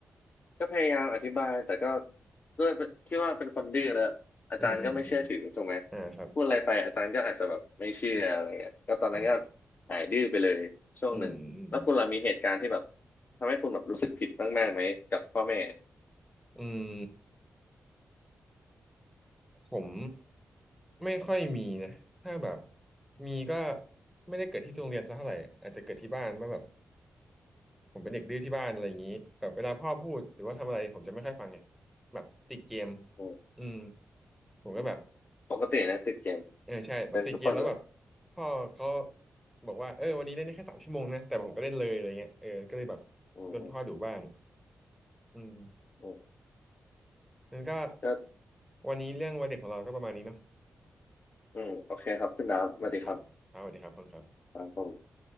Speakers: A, on the left (about 40°); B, in the centre.
A: ก็พยายามอธิบายแต่ก็ด้วยที่ว่าเป็นคนดื้อแล้วอาจารย์ก็ไม่เชื่อถือถูกไหม
B: อืมอืมอืมอ่าครับ
A: พูดอะไรไปอาจารย์ก็อาจจะแบบไม่เชื่ออะไรเงี้ยก็ตอนนั้นก็
B: อ่า
A: หายดื้อไปเลยช่วงหนึ่งแล้วคุณล่ะมีเหตุการณ์ที่แบบ
B: อืมอืมอืม
A: ทำให้คุณแบบรู้สึกผิดมากๆไหมกับพ่อแม่
B: อืม ผมไม่ค่อยมีนะถ้าแบบมีก็ไม่ได้เกิดที่โรงเรียนซะเท่าไหร่อาจจะเกิดที่บ้านว่าแบบผมเป็นเด็กดื้อที่บ้านอะไรอย่างนี้แบบเวลาพ่อพูดหรือว่าทำอะไรผมจะไม่ค่อยฟังไงแบบติดเกม
A: อืม
B: อืมผมก็แบบ
A: อืมปกตินะติดเกม
B: เออใช่แบบติดเกมแล้วแบบ
A: เป็นทุกคนเลย
B: พ่อเขาบอกว่าเออวันนี้เล่นได้แค่สามชั่วโมงนะแต่ผมก็เล่นเลยอะไรเงี้ยเออก็เลยแบบโดนพ่อดุบ้าง
A: อืม
B: อืม
A: อืม
B: นั่นก็
A: ก็
B: วันนี้เรื่องวัยเด็กของเราก็ประมาณนี้เนาะ
A: อืมโอเคครับคุณดาวสวัสดีครับ
B: ครับครับสวัสดีครับคุณครับ
A: ครับผม